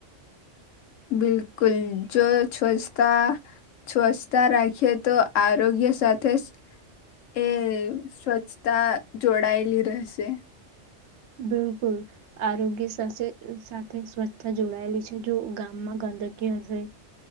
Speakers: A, on the left; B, on the right.
A: બિલકુલ જો સ્વચ્છતા સ્વચ્છતા રાખીએ તો આરોગ્ય સાથે એ સ્વચ્છતા જોડાયેલી રહેશે.
B: બિલકુલ આરોગ્ય સાસે સાથે સ્વચ્છતા જોડાયેલી છે જો ગામમાં ગંદકી હશે